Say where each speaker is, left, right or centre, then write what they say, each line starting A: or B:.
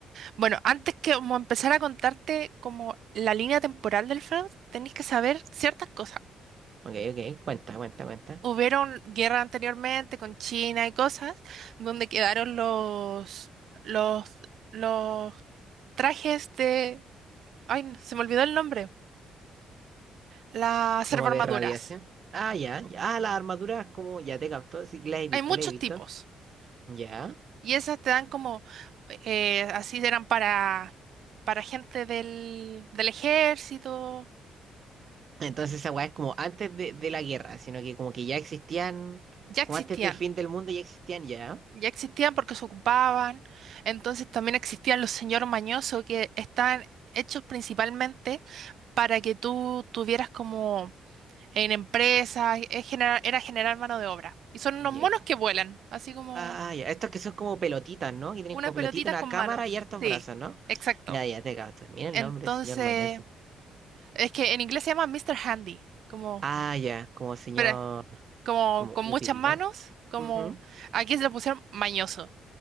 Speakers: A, on the right; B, on the right.
A: Bueno, antes que como empezar a contarte como la línea temporal del Fallout, tenéis que saber ciertas cosas.
B: Ok, ok, cuenta, cuenta, cuenta.
A: Hubieron guerra anteriormente con China y cosas, donde quedaron los, los, los trajes de... Ay, n- se me olvidó el nombre. Las
B: Como
A: servoarmaduras.
B: de radiación. Ah, ya, ya, ah, las armaduras, como, ya te captó, sí, las he visto,
A: Hay muchos
B: las he visto.
A: tipos.
B: Ya.
A: Y esas te dan como... eh, así eran para, para gente del, del ejército.
B: Entonces esa weá es como antes de, de la guerra, sino que como que ya existían,
A: Ya existían.
B: como antes del fin del mundo ya existían ya.
A: Ya existían porque se ocupaban. Entonces también existían los señor mañoso que están hechos principalmente para que tú tuvieras como en empresas, es generar- era generar mano de obra. Y son unos
B: Y
A: monos
B: es
A: que vuelan, así como
B: Ah, ya, estos que son como pelotitas, ¿no? Que tienen
A: unas
B: como
A: pelotitas
B: pelotita una
A: con
B: cámara
A: manos.
B: y hartos
A: Sí,
B: brazos, ¿no?
A: exacto.
B: Ya, ya, te capto. Mira
A: Entonces,
B: el nombre, señor Mañoso.
A: es que en inglés se llama Mister Handy, como,
B: Ah, ya, como señor,
A: pero, como
B: como
A: con
B: útil,
A: muchas manos,
B: ¿no?
A: como
B: Ujú,
A: aquí se le pusieron mañoso.